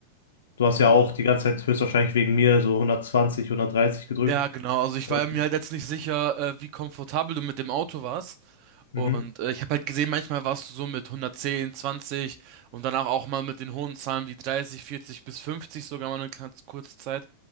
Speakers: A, on the left (about 85°); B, on the right (about 50°).
A: Du hast
B: Ja.
A: ja auch die ganze Zeit höchstwahrscheinlich wegen mir so 120, 130 gedrückt.
B: Ja, genau. Also ich
A: Und
B: war mir halt jetzt nicht sicher, äh, wie komfortabel du mit dem Auto warst.
A: mhm.
B: Und äh, ich habe halt gesehen, manchmal warst du so mit 110, 20 und danach auch mal mit den hohen Zahlen wie 30, 40 bis 50 sogar mal eine ganz kurze Zeit.